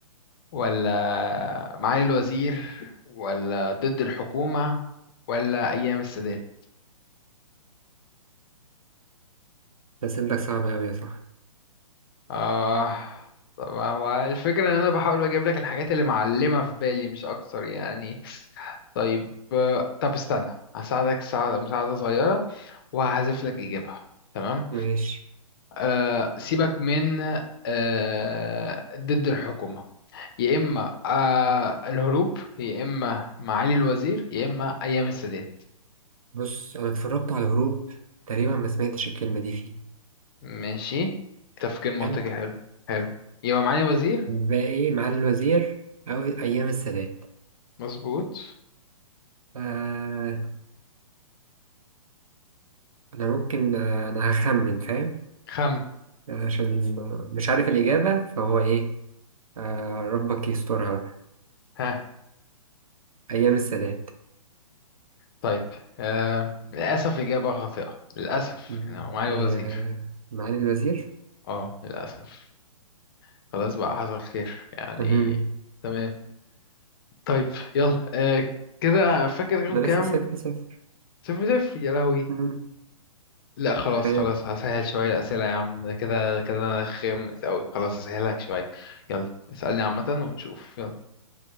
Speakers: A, on the left; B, on the right.
A: ولا معالي الوزير ولا ضد الحكومة ولا ايام السادات
B: أسئلتك صعبة أوي يا صاحبي
A: اه طب هو الفكرة ان انا بحاول اجيب لك الحاجات اللي معلمة في بالي مش اكتر يعني طيب آه، طب استنى هساعدك ساعدة مساعدة صغيرة وهحذف لك اجابها تمام
B: ماشي
A: أه سيبك من أه ضد الحكومة يا اما أه الهروب يا اما معالي الوزير يا اما ايام السادات
B: بص أنا اتفرجت على الهروب تقريبا ما سمعتش الكلمة دي فيه
A: ماشي تفكير منطقي
B: حلو
A: حلو حلو يبقى معالي الوزير
B: بقى إيه معالي الوزير أو أيام السادات
A: مظبوط
B: آه أنا ممكن آه أنا هخمن فاهم
A: خم
B: عشان مش عارف الإجابة فهو إيه آه ربك يسترها بقى
A: ها
B: أيام السادات
A: طيب آه للأسف إجابة خاطئة للأسف
B: مم.
A: يعني هو معالي
B: يا
A: الوزير
B: معالي الوزير
A: اه للأسف خلاص بقى حصل خير يعني
B: مهم.
A: تمام طيب يلا آه كده فاكر رقم
B: أنا
A: كام
B: لسه صفر صفر
A: صفر صفر يا لهوي
B: مم.
A: لا خلاص
B: تخيل
A: خلاص هسهل شوية الأسئلة يا عم ده كده كده أنا خامس أوي خلاص هسهلك شوية يلا اسألني عامة ونشوف يلا